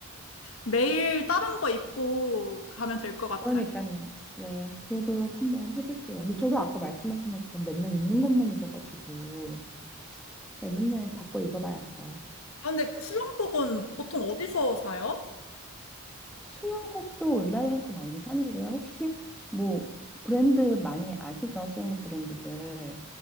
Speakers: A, on the left; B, in the centre.
A: 매일 다른 거 입고 가면 될 것 같아요.
B: 그러니까요. 네, 그러도록 한번 해볼게요. 근데 저도 아까 말씀하신 것처럼 맨날 입는 것만 입어가지고, 네, 맨날 바꿔 입어봐야죠.
A: 아, 근데 수영복은 보통 어디서 사요?
B: 수영복도 온라인에서 많이 사는데요. 혹시 뭐 브랜드 많이 아시죠? 수영복 브랜드들.